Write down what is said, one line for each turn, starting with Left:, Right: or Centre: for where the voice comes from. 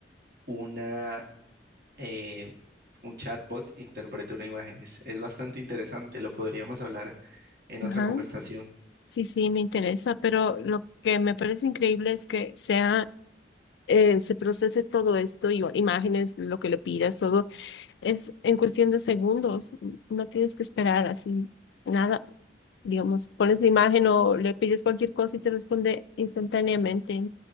Right: una eh, un chatbot interprete una imagen. Es, es bastante interesante, lo podríamos hablar en otra
Left: Ajá.
Right: conversación.
Left: Sí, sí, me interesa, pero lo que me parece increíble es que sea, eh, se procese todo esto y o- imágenes, lo que le pidas, todo es en cuestión de segundos. n- No tienes que esperar así nada. Digamos, pones la imagen o le pides cualquier cosa y te responde instantáneamente.